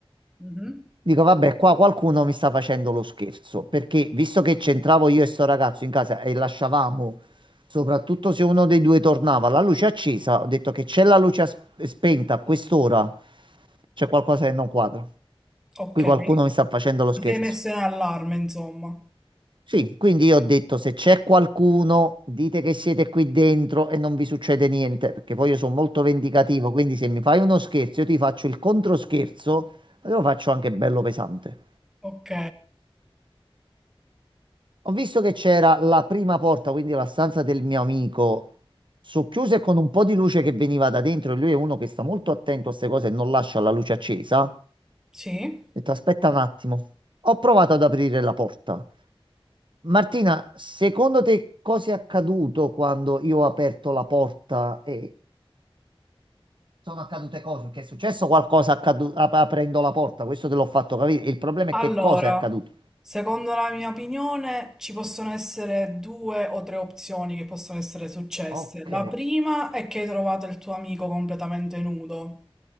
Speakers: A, in the centre; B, on the right.
A: Mhm.
B: Dico, vabbè, qua qualcuno mi sta facendo lo scherzo, perché visto che c'entravo io e sto ragazzo in casa e lasciavamo Soprattutto se uno dei due tornava, la luce è accesa, ho detto che c'è la luce as- spenta a quest'ora, c'è qualcosa che non quadra.
A: Ok.
B: Qui qualcuno mi sta facendo lo
A: Ti
B: scherzo.
A: sei messo in allarme, insomma.
B: Sì, quindi io ho detto se c'è qualcuno, dite che siete qui dentro e non vi succede niente, perché poi io sono molto vendicativo, quindi se mi fai uno scherzo, io ti faccio il controscherzo, e lo faccio anche bello pesante.
A: Ok,
B: Ho visto che c'era la prima porta, quindi la stanza del mio amico, socchiusa e con un po' di luce che veniva da dentro. E lui è uno che sta molto attento a queste cose e non lascia la luce accesa. Ho
A: sì.
B: detto, aspetta un attimo. Ho provato ad aprire la porta. Martina, secondo te cosa è accaduto quando io ho aperto la porta e sono accadute cose? Che è successo qualcosa accadu- ap- aprendo la porta? Questo te l'ho fatto capire. Il problema
A: Allora,
B: è che cosa è accaduto.
A: secondo la mia opinione ci possono essere due o tre opzioni che possono essere successe.
B: Ok.
A: La prima è che hai trovato il tuo amico completamente nudo.